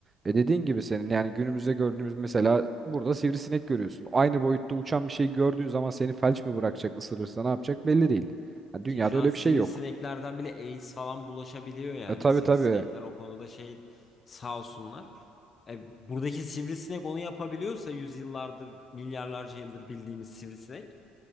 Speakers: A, on the right (about 25°); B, on the left (about 35°).
A: e dediğin gibi senin yani günümüzde gördüğümüz mesela burada sivrisinek görüyorsun. Aynı boyutta uçan bir şey gördüğün zaman seni felç mi bırakacak, ısırırsa ne yapacak belli değil. Yani dünyada
B: Ki şu
A: öyle
B: an sivrisineklerden
A: bir şey yok.
B: bile AIDS falan bulaşabiliyor yani.
A: E tabii
B: Sivrisinekler
A: tabii.
B: o konuda şey sağ olsunlar. E, buradaki sivrisinek onu yapabiliyorsa yüzyıllardır, milyarlarca yıldır bildiğimiz sivrisinek.